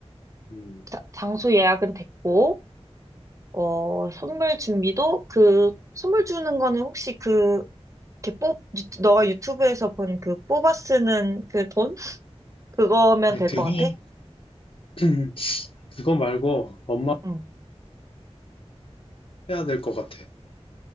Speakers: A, on the left (about 55°); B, on the right (about 30°).
A: 음,
B: 자- 장소 예약은 됐고, 어, 선물 준비도 그, 선물 주는 거는 혹시 그, 이렇게 뽑, 유- 너가 유튜브에서 본 그 뽑아 쓰는 그 돈? 그거면
A: 아
B: 될
A: 그거,
B: 것 같아?
A: <clears throat> 그거 말고 엄마
B: 응.
A: 해야 될 것 같아.